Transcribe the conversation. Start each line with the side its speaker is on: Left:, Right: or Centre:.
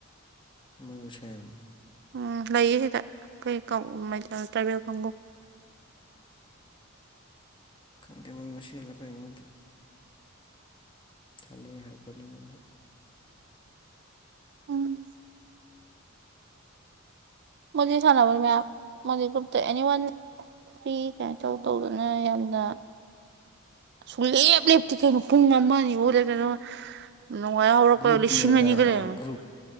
Left: ꯃꯣꯏ ꯃꯁꯦꯟ
Right: ꯎꯝ ꯂꯩꯌꯦ ꯁꯤꯗ ꯈꯣꯏ ꯀꯧ <unintelligible> ꯇ꯭ꯔꯥꯏꯕꯦꯜ ꯈꯣꯡꯕꯨ
Left: ꯈꯪꯗꯦ ꯃꯣꯏ ꯃꯁꯦꯜꯂ ꯀꯩꯅꯣꯗꯤ ꯊꯥꯅꯩ ꯍꯥꯏꯔꯛꯄꯅꯤ ꯉꯣꯟꯗ
Right: ꯎꯝ ꯃꯣꯏꯗꯤ ꯁꯥꯟꯅꯕꯅꯤ ꯃꯌꯥꯝ ꯃꯣꯏꯗꯤ ꯒ꯭ꯔꯨꯞꯇ ꯑꯦꯅꯤ ꯋꯥꯟ ꯐ꯭ꯔꯤ ꯀꯩꯅꯣ ꯇꯧ ꯇꯧꯗꯅ ꯌꯥꯝꯅ ꯁꯨꯂꯦꯞ ꯂꯦꯞꯇꯤ ꯀꯩꯅꯣ ꯄꯨꯡ ꯑꯃ ꯑꯅꯤ <unintelligible> ꯅꯣꯡꯋꯥꯏ ꯍꯧꯔꯛꯄ
Left: ꯒꯔꯨꯞ
Right: ꯂꯤꯁꯤꯡ
Left: ꯅꯦꯅ
Right: ꯑꯅꯤꯒ ꯂꯩꯔꯝꯃꯦ
Left: ꯑ ꯒ꯭ꯔꯨꯨꯞ